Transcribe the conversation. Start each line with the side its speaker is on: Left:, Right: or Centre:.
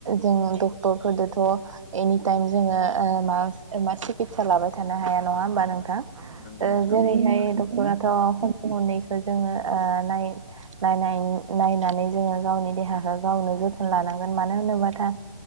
Right: जों डक्टरफोरजोंथ' एनिटाइम जोङो ओ मा ओ मा सिकितसा लाबाय थानो हाया नङा होमबा नोंथां ओ
Left: नंगौ नोंथां
Right: जेरैहाय
Left: थारैनो
Right: दखतराथ' खननैखौ जोङो ओ नाय नायनाय नायनानै जोङो गावनि देहाखौ गावनो जोथोन लानांगोन मानो होनोबा दा